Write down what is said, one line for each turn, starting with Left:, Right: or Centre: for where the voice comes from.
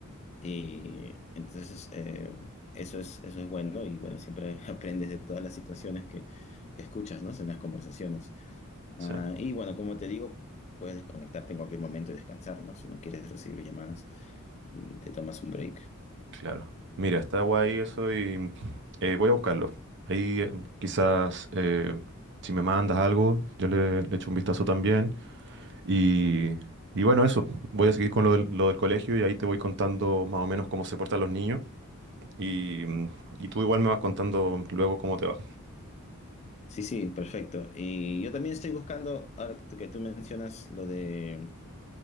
Left: Y entonces eh, eso es, eso es bueno y bueno, siempre <laughs> aprendes de todas las situaciones que, que escuchas, ¿no? En las conversaciones.
Right: Sí,
Left: Ah, y bueno, como te digo, puedes desconectarte en cualquier momento y descansar, ¿no? Si no quieres recibir llamadas y te tomas un break.
Right: claro. Mira, está guay eso y eh, voy a buscarlo. Ahí eh, quizás eh, si me mandas algo, yo le, le echo un vistazo también. Y, y bueno, eso. Voy a seguir con lo del, lo del colegio y ahí te voy contando más o menos cómo se portan los niños. Y, mm, y tú igual me vas contando luego cómo te va,
Left: Sí, sí, perfecto. Y yo también estoy buscando, ahora que tú mencionas lo de...